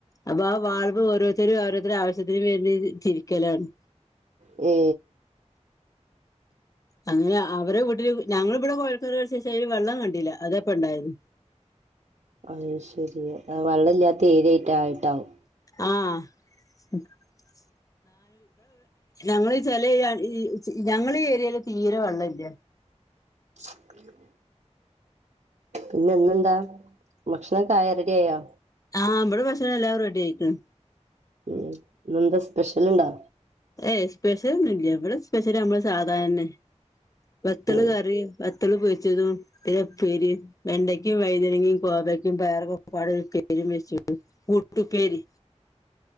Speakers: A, on the left; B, on the right.
A: അപ്പൊ ആ വാൾവ് ഓരോത്തരും അവരോരുടെ ആവശ്യത്തിനന് വേണ്ടി തിരിക്കലാണ്
B: ഏ
A: അങ്ങനെ അവരുടെ വീട്ടില്. ഞങ്ങ ഇവിടെ കൊഴ <unintelligible> ശേഷം വെള്ളം കണ്ടില്ല. അതെപ്പ ഉണ്ടായത്.
B: അയ് ശരിയ. വെള്ളം ഇല്ലാത്ത ഏരിയായിട്ട ആയിട്ടാവും.
A: ആഹ <unintelligible> ഞങ്ങള് ചെല ഈ ച് ഞങ്ങള് ഈ ഏരിയയില് തീരെ വെള്ളം ഇല്ല.
B: <inaudible> <unintelligible> പിന്നെന്താ ഭക്ഷണംക ആയ. റെഡിയ ആയോ?
A: ആഹ് ഇമ്മടെ ഭഷണം എല്ലാവും റെഡി ആയിട്ടും.
B: ഉം ഇന്നെന്താ സ്പെഷ്യല്ണ്ടാ.
A: ഏയ് സ്പെഷ്യൽ ഒന്നുമില്ല ഇവിടെ സ്പെഷ്യല് നമ്മള് സാധാരണെ വത്തള്
B: ഉം
A: കറി - <unintelligible> ഒര് ഉപ്പേരിം, വെണ്ടയ്ക്കും വൈതന്നങേമം കോവയ്ക്കും പയർക്ക പാടെ ഒരുപ്പേരി വെച്ചു. കൂട്ടുപേരി.